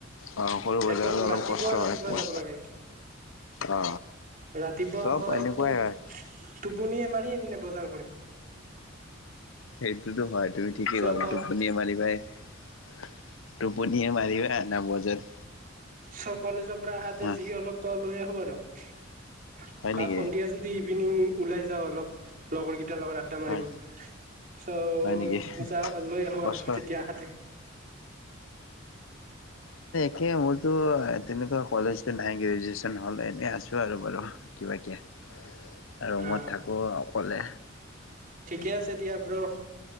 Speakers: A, on the left (about 80°); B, on the right (about 45°).
A: অ সৰু বজাৰত
B: একদম
A: অলপ
B: ৰাতিপুৱা
A: কষ্ট
B: ৰাতিপুৱা
A: হয় পোৱা
B: যাব লাগে
A: অ
B: ৰাতিপুৱা
A: চব
B: মইটো
A: এনেকুৱাই হয়।
B: টোপনিয়ে মাৰি পিম নে বজাৰ কৰিম?
A: সেইটোতো হয় তুমি ঠিকেই
B: চ'
A: ভালা
B: ক
A: টোপনিয়ে মাৰিবাই বি <unintelligible> টোপনিয়ে মাৰিবা ন বজাৰ
B: চব কলেজৰ পৰা আহাতে
A: হা
B: যি অলপ ত লৈ আহো খবৰ <unintelligible>
A: হয়
B: বা
A: নেকি
B: সন্ধিয়া যদি ইভিনিং ওলাই যাওঁ অলপ লগৰকেইটাৰ লগত আড্ডা মাৰিব
A: হয়
B: ৷ চ
A: হয় নেকি?
B: যাও লৈ আহো
A: কষ্টই
B: আৰু তেতিয়া হাতে
A: তাকে মোৰতো তেনেকুৱা কলেজ নাই গ্ৰেজুৱেচন হ'ল এনে আছো আৰু বাৰু কিবা কে ৷ ৰু
B: আহ
A: মত থাকোঁ ক'লে
B: ঠিকে আছে দিয়া ব্ৰ